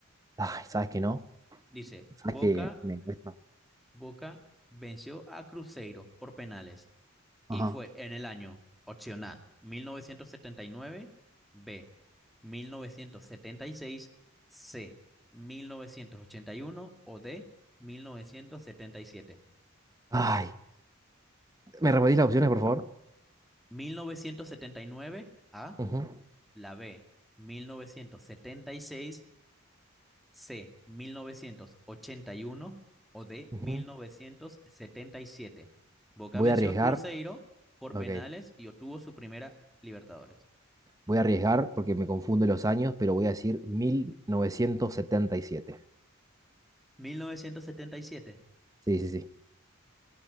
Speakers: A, on the right (about 15°); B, in the centre.
A: Ay, ¿sabes que no?
B: Dice,
A: ¿Sabes
B: Boca,
A: que me cuesta?
B: Boca venció a Cruzeiro por penales.
A: Ajá.
B: y fue en el año, opción A, mil novecientos setenta y nueve B, mil novecientos setenta y seis C, mil novecientos ochenta y uno o D, mil mil novecientos novecientos setenta setenta y siete
A: Ay, ¿me repetís las opciones, por favor?
B: mil novecientos setenta y nueve A,
A: Ujú,
B: la B, 1976 C, 1981 o D,
A: ujú.
B: mil novecientos setenta y siete Boca
A: Voy
B: venció
A: a arriesgar.
B: a Cruzeiro por penales
A: Ok.
B: y obtuvo su primera Libertadores.
A: Voy a arriesgar porque me confundo los años, pero voy a decir 1977.
B: mil novecientos setenta y siete
A: Sí, sí, sí.